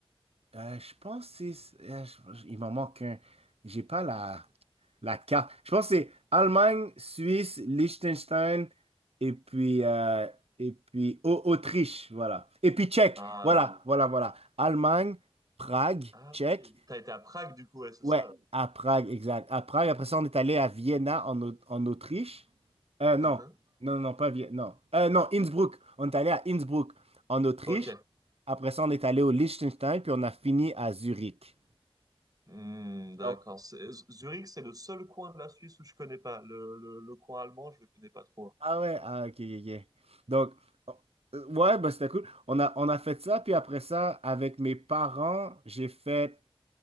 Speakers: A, on the right (about 80°); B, on the right (about 40°).
A: Euh, je pense que c'est... euh, je- je- il m'en manque un. J'ai pas la, la carte. Je pense que c'est Allemagne, Suisse, Liechtenstein et puis, euh, et puis Au- Autriche, voilà. Et puis Tchèque,
B: Ah,
A: voilà, voilà, voilà. Allemagne, Prague,
B: ah
A: Tchèque.
B: oui, t'as été à Prague du coup, ouais, c'est
A: Ouais,
B: ça.
A: à Prague, exact. À Prague, après ça, on est allé à Vienna en, Au- en Autriche. Euh, non,
B: uhum.
A: non, non, pas Vienne, non. Euh, non, Innsbruck. On est allé à Innsbruck en Autriche.
B: Ok,
A: Après ça, on est allé au Liechtenstein, puis on a fini à Zurich.
B: Hmm, d'accord.
A: Donc,
B: C'est- Zurich, c'est le seul coin de la Suisse où je connais pas. Le, le, le coin allemand, je le connais pas trop.
A: ah ouais, ah, ok, ok, ok. Donc, euh, ouais, bah, c'était cool. On a, on a fait ça, puis après ça, avec mes parents, j'ai fait